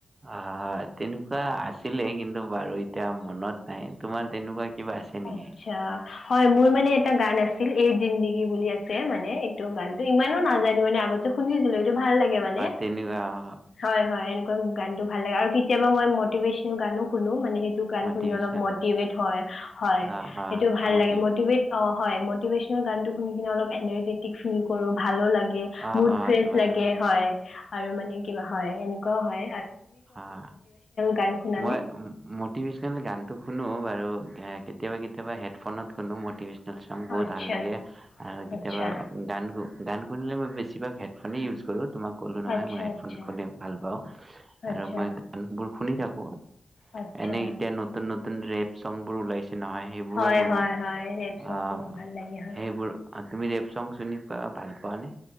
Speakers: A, on the right; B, on the left.
A: অ' তেনেকুৱা আছিলে কিন্তু বাৰু এতিয়া মনত নাই তোমাৰ তেনেকুৱা কিবা আছে নেকি?
B: আচ্ছা হয় মোৰ মানে এটা গান আছিল এ জিন্দগী বুলি আছে মানে এইটো গানতটো ইমানো নাজানো মানে আগতে শুনিছিলো ভাল লাগে মানে
A: তেনেকুৱা অ,
B: হয় হয়। গানটো ভাল লাগে আৰু কেতিয়াবা মই মটিভেশনেল গানো শুনো মানে গান
A: মটিভেশ্যনেল।
B: শুনি অলৱ মতি ভেত হয়।
A: আহ, আহ,
B: সেইটো ভাল
A: মটিভেশ্যন
B: লাগে মতিভেট অ' হয় মটিভেশচনেল গানটো শুনি অলপ এনাজেতিক ফিল কৰো। ভালো লাগে
A: আহ,
B: মুড
A: আহ,
B: ফ্ৰেচ
A: তোমাৰ
B: লাগে হয় আৰু মানে কিবা হয় এনে ক হয়
A: অ'
B: গান শুনানে
A: মই মটিভেশচনেল গানতটো শুনো বাৰু। কেতিয়াবা কেতিয়াবা হেডফোনত কোনো মতিভেশ চ বহুত
B: আচ্ছা
A: ভাল লাগে আৰু কেতিয়াবা
B: আচ্ছা
A: গান গান শুনিলে মই বেছিভাগ হেডফোনেই ইউজ কৰোঁ। তোমাক ক'লো নহয়
B: আচ্ছা
A: মই হেডফোন
B: আচ্ছা
A: শুনি ভাল পাওঁ,
B: আচ্ছা
A: মই গান শুনো। শুনি থাকো।
B: আচ্ছা
A: এনেই এতিয়া নতুন নতুন ৰেপ চং বোৰ ওলাইছে নহয়, সেইবোৰো
B: হয়
A: শুনো।
B: হয় হয় ৰেপ চংবোৰ
A: আহ,
B: ভাল লাগে হয়
A: সেইবোৰ অ তুমি ৰেপ চং চিনি পোৱা, ভাল পোৱানে?